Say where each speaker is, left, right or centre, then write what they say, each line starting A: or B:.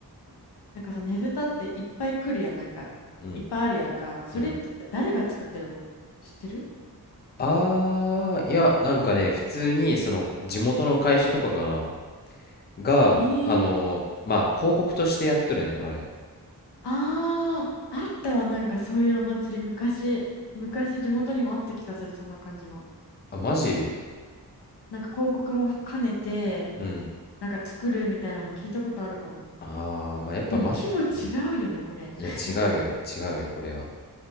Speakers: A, on the left; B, on the left.
A: なんかさ、ねぶたっていっぱい来るやん、なんか。
B: うん、
A: いっぱいあるやんか。それって誰が作ってるの知ってる
B: うん。あー、いや、なんかね、普通に、その、地元の会社とかかな、が、
A: えー、
B: あのーまあ、広告としてやっとるね、あれ。
A: ああ、あったわ、なんかそういうお祭り、昔、昔地元にもあった気がする、そんな感じの。
B: あ、マジ
A: なんか広告も兼ねて、
B: うん。
A: なんか作るみたいなの聞いたことあるかも。
B: あー、まあ、やっぱ、
A: でも規模違うよね、
B: ま、うん。
A: これ。
B: いや、
A: <laughs>
B: 違うよ、違うよ、これは。